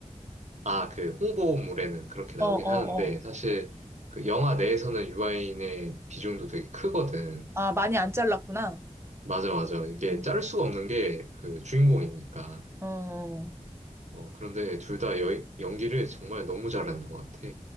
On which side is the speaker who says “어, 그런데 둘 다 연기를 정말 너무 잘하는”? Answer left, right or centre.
Right